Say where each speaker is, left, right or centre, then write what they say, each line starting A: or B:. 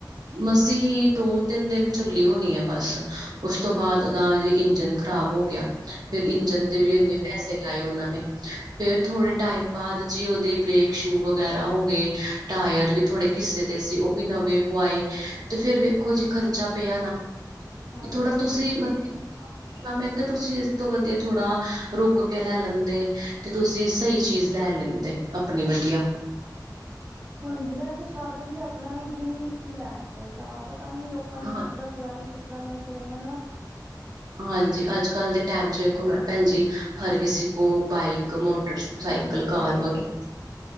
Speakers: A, on the right (about 60°); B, on the right (about 25°).
A: ਮਸੀ ਹੀ ਦੋ ਤਿੰਨ ਦਿਨ ਚੱਲੀ ਹੋਣੀ ਏ ਬੱਸ, ਉਸ ਤੋਂ ਬਾਅਦ ਉਹਦਾ ਜ ਇੰਜਨ ਖ਼ਰਾਬ ਹੋ ਆ, ਫਿਰ ਇੰਜਣ
B: ਓਕੇ
A: ਤੇ ਵੀ ਇੰਨੇ ਪੈਸੇ ਲਾਏ ਉਹਨਾਂ ਨੇ, ਫੇਰ ਥੋੜੇ ਟਾਈਮ ਬਾਅਦ ਜੀ ਉਹਦੇ ਬ੍ਰੇਕ ਸ਼ੂ ਵਗੈਰਾ ਹੋ ਗਏ। ਟਾਇਰ ਵੀ ਥੋੜੇ ਘਿਸੇ ਦੇ ਸੀ, ਉਹ ਵੀ ਨਵੇਂ ਪਵਾਏ, ਤੇ ਫੇਰ ਵੇਖੋ ਜੀ ਖਰਚਾ ਪਿਆ ਨਾ।
B: ਹਾਂਜੀ
A: ਥੋੜਾ
B: ਹਾਂਜੀ
A: ਤੁਸੀਂ ਮਤ ਮੈਂ ਕਿਹਾ ਤੁਸੀਂ ਇਸ ਤੋਂ ਵਧੀਆ ਥੋੜਾ ਰੁਕ ਕੇ ਲੈ ਲੈਂਦੇ ਤੇ ਤੁਸੀਂ ਸਹੀ ਚੀਜ਼ ਲੈ ਲੈਂ ਤੇ ਆਪਣੀ ਵਧੀਆ।
B: ਹਾਂਜੀ, ਵੈਸੇ ਸਾਧਨ ਤੇ ਆਪਣਾ ਹੀ ਲੈਣਾ ਚਾਹੀਦਾ ਵਾ ਪਤਾ ਨੀ ਲੋਕ ਲੋਕਾਂ ਨੇ
A: ਹਾਂ
B: ਕਿਸ ਤਰ੍ਹਾਂ ਚਲਾਈ ਕਿਸ ਤਰ੍ਹਾਂ ਨਹੀਂ ਚਲਾਈ ਹੈਨਾ।
A: ਹਾਂ। ਹਾਂਜੀ, ਅੱਜ ਕੱਲ ਦੇ ਟਾਈਮ ਚ ਵੇਖੋ ਮੈਂ ਭੈਣਜੀ ਹਰ ਕਿਸੇ ਕੋਲ ਬਾਈਕ ਮੋਟਰ ਸਾਈਕਲ
B: ਹਾਂਜੀ ਹਾਂਜੀ
A: ਕਾਰ
B: ਹਾਂਜੀ
A: ਵਗੈ